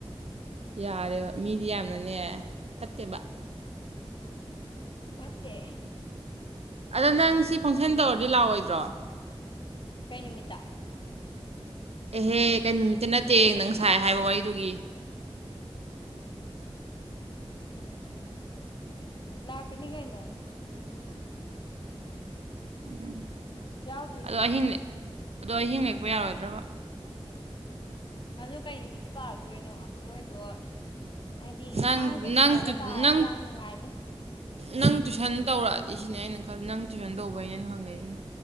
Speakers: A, on the right (about 80°); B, on the left (about 50°).
A: ꯌꯥꯔꯦꯕ ꯃꯤꯗꯤ ꯌꯥꯝꯅꯅꯦ ꯐꯠꯇꯦꯕ
B: ꯐꯠꯇꯦ
A: ꯑꯗ ꯅꯪ ꯁꯤ ꯐꯪꯁꯟ ꯇꯧꯔꯗꯤ ꯂꯥꯛꯑꯣꯏꯗ꯭ꯔꯣ
B: ꯀꯩ ꯅꯨꯃꯤꯠꯇ
A: ꯑꯦꯍꯦ ꯀꯩ ꯅꯨꯃꯤꯠꯇ ꯅꯠꯇꯦ ꯅꯪ ꯁꯥꯏ ꯍꯥꯏꯕ ꯋꯥꯔꯤꯗꯨꯒꯤ
B: ꯉꯁꯥꯏ ꯍꯥꯏꯕ ꯋꯥꯔꯤꯗꯨꯒꯤ ꯂꯥꯛꯀꯅꯤ ꯀꯩꯅꯣ
A: ꯎꯝ
B: ꯌꯥꯎꯗꯣꯏꯁꯤꯗꯤ
A: ꯑꯗꯣ ꯑꯍꯤꯡ ꯂꯦꯛ ꯑꯗꯣ ꯑꯍꯤꯡ ꯂꯦꯛꯄ ꯌꯥꯔꯣꯏꯗ꯭ꯔꯕ
B: ꯑꯗꯨ ꯀꯩ ꯅꯨꯃꯤꯠꯇ ꯇꯥꯔꯛꯇꯣꯏꯅꯣ ꯃꯣꯏꯗꯣ ꯍꯥꯏꯗꯤ
A: ꯅꯪ
B: ꯊꯥꯡꯖꯒꯨꯝꯕꯗ
A: ꯅꯪ
B: ꯇꯥꯔꯗꯤ
A: ꯅꯪ
B: ꯌꯥꯝ ꯅꯨꯡꯉꯥꯏꯅꯤ
A: ꯅꯪ ꯇꯨꯏꯁꯟ ꯇꯧꯔꯛꯑꯗꯤ ꯁꯤꯅꯦ ꯑꯩꯅ ꯈꯜꯂꯤ ꯅꯪ ꯇꯨꯏꯁꯟ ꯇꯧꯕꯩꯅꯦ ꯑꯩꯅ ꯍꯪꯉꯛꯏꯁꯤꯅ